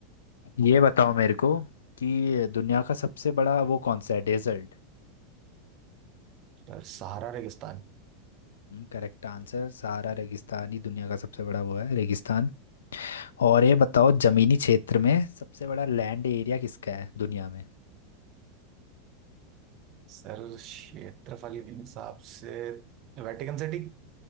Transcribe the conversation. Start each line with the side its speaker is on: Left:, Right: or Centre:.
Left: ये बताओ मेरे को कि दुनिया का सबसे बड़ा वो कौन सा है डेजर्ट
Right: सर सहारा रेगिस्तान
Left: करेक्ट आंसर सहारा रेगिस्तान ही दुनिया का सबसे बड़ा वो है रेगिस्तान और ये बताओ जमीनी क्षेत्र में सबसे बड़ा लैंड एरिया किसका है दुनिया में
Right: सर क्षेत्रफल के हिसाब से वेटिकन सिटी